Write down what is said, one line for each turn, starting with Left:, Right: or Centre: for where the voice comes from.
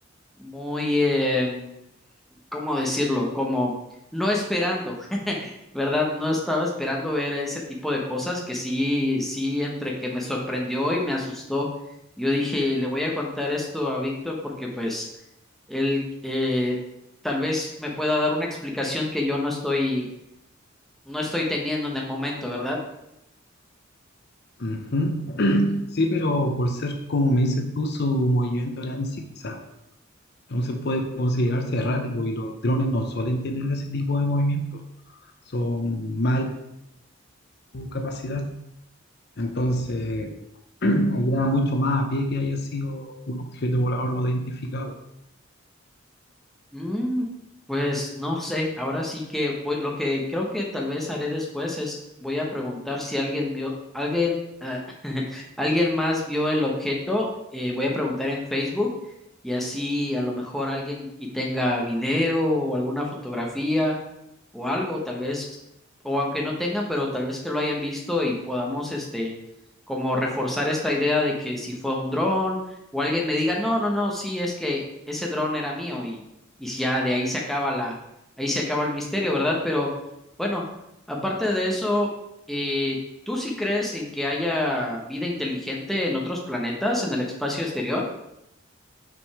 Centre: muy, eh, ¿cómo decirlo? Como no esperando. ¿Verdad? No estaba esperando ver ese tipo de cosas que sí, sí, entre que me sorprendió y me asustó. Yo dije, le voy a contar esto a Víctor porque pues él eh, tal vez me pueda dar una explicación que yo no estoy, no estoy teniendo en el momento, ¿verdad?
Left: Ujú. <clears throat> Sí, pero por ser, como me dices tú, su movimiento era en zigzag. Entonces puede considerarse errático y los drones no suelen tener ese tipo de movimiento. Son mal su capacidad. Entonces, <clears throat> ayuda mucho más a pie que haya sido un objeto volador no identificado.
Centre: Mm, pues no sé, ahora sí que voy- lo que creo que tal vez haré después es voy a preguntar si alguien vio, alguien, ah, <laughs> alguien más vio el objeto, eh, voy a preguntar en Facebook y así a lo mejor alguien y tenga video o alguna fotografía o algo, tal vez, o aunque no tengan, pero tal vez que lo hayan visto y podamos, este, como reforzar esta idea de que si fue un dron o alguien me diga, no, no, no, sí, es que ese dron era mío y, y si ya de ahí se acaba la, ahí se acaba el misterio, ¿verdad? Pero bueno, aparte de eso, eh, ¿tú sí crees en que haya vida inteligente en otros planetas, en el espacio exterior?